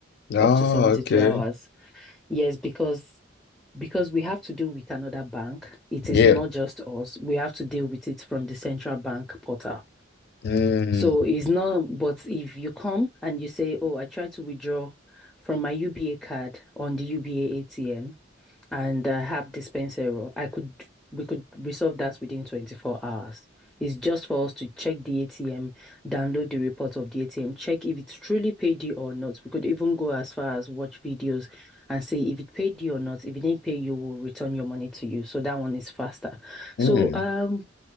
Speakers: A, on the left; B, in the centre.
A: Oh,
B: up to 72
A: okay.
B: hours. Yes, because because we have to deal with another bank. It
A: Yeah.
B: is not just us. We have to deal with it from the central bank portal.
A: Mm.
B: So it's not, but if you come and you say, Oh, I tried to withdraw from my UBA card on the UBA ATM and uh, have dispense error. I could we could resolve that within 24 hours. It's just for us to check the ATM, download the report of the ATM, check if it's truly paid you or not. We could even go as far as watch videos and see if it paid you or not. If it didn't pay you, we'll return your money to you. So that one is faster.
A: Mm.
B: So um